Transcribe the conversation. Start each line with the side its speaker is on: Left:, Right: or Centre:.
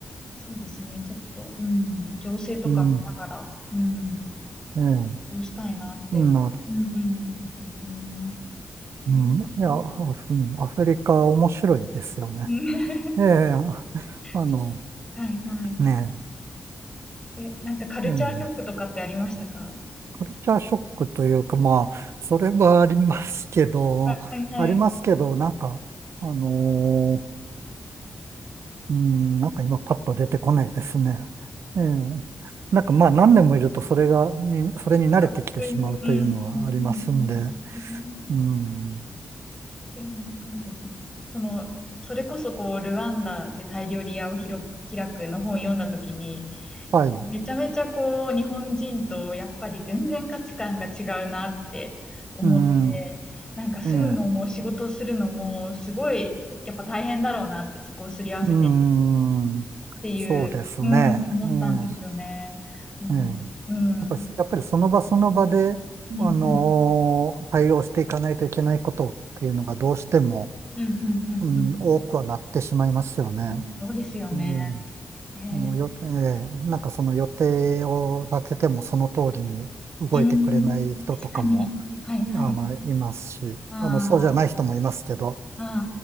Left: そうですね。ちょっと、うん。情勢とか見ながら、
Right: うん、
Left: うん。
Right: ええ、
Left: こうしたいなって、
Right: まあ、
Left: うんうん。思います。えー、
Right: うん、いや、
Left: う
Right: あうん、アフリカ面白いですよね。
Left: ん <laughs>
Right: ええ、あ
Left: そうはいはい。
Right: の、ね
Left: え、なんかカルチャーショックとかってありましたか
Right: え、ええカルチャーショックというか、まあ、それはありますけど、
Left: あはいはい。
Right: ありますけど、なんか、あのーうん、なんか今パッと出てこないですね。ええなんかまあ何年もいるとそれが、に、それに慣れてきてしまうというのはありますんで、
Left: あ普通に、うん、うん、うん、うん。えー、
Right: うん、
Left: でもそうですね。その、それこそこう、ルワンダで大量リ屋をひろ開くの本を読んだときに、
Right: はい、
Left: めちゃめちゃこう、日本人とやっぱり全然価値観が違うなって思って、
Right: うん、
Left: なんか住むのも仕事するのもすごいやっぱ大変だろうなって、
Right: ええ、
Left: そこをすり合わせてっ
Right: うん、
Left: ていう、
Right: そうですね。
Left: うん、思ったんですよね。
Right: ええ
Left: うん、
Right: ええ
Left: うん、
Right: やっぱり、
Left: うん、
Right: やっぱりその場その場で、
Left: うん、
Right: あのー対応していかないといけないことっていうのがどうしても、
Left: うん、うん、うん、
Right: うん、
Left: うん。
Right: 多くはなってしまいますよね。
Left: まあそうですよね。
Right: うん、
Left: へえ、
Right: あのよ、ええなんかその予定を立ててもその通りに動いてくれない人とかも、
Left: うん、確かに。はい、はい。
Right: あの、いますし、
Left: あ
Right: あの、そうじゃない人もいますけど、
Left: あ、